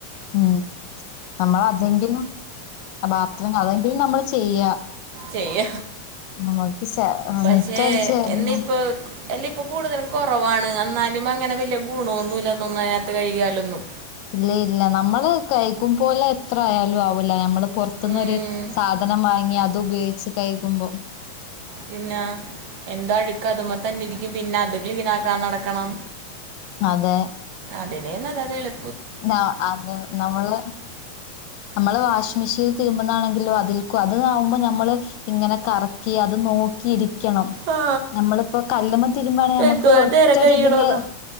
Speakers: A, on the left; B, on the right.
A: ഉം നമ്മളതെങ്കിലും പത്രങ്ങ അതെങ്കിലും നമ്മള് ചെയ്യാ
B: ചെയ്യ
A: നമ്മൾക്ക് ചെ ആ,
B: പക്ഷെ
A: മിറ്റടിച്ച് വാരുന്ന
B: എന്നിയിപ്പൊ യല്ല ഇപ്പൊ കൂടുതലും കൊറവാണ് എന്നാലും അങ്ങനെ വല്യ ഗുണോന്നു ഇല്ലാന്ന് <unintelligible> അയ്നാത്ത് കഴിയാലൊന്നും
A: ഇല്ല ഇല്ല നമ്മള് കഴിക്കും പോലെ എത്ര ആയാലും ആവൂല്ല അമ്മള് പൊറത്തുനൊരു
B: ഉം.
A: സാധനം വാങ്ങി അതുപയോ കഴിക്കുമ്പോം
B: പിന്നെ എന്താ അഴുക്ക് അത്പ തന്നെ ഇരിക്കും പിന്നെ അത് ക്ലീൻ ആക്കാ നടക്കണം
A: അതെ
B: അതിനെയ നല്ലതെ എള്
A: നാ അത് നമ്മള് നമ്മള് വാഷിംഗ് മെഷീനിൽ തിരുമ്പുന്നാണെങ്കിലോ അതിൽക്ക അത് ആാവുമ്പോൾ നമ്മള് ഇങ്ങനെ കറക്കി അത് നോക്കി ഇരിക്കണം
B: ആ
A: നമ്മളിപ്പോ കല്ലുമ തിരുമ്പയാണെങ്കിൽ നമുക്ക്
B: എന്തോരം
A: ഒറ്റതില്
B: നേരം കഴിയണോന്നാ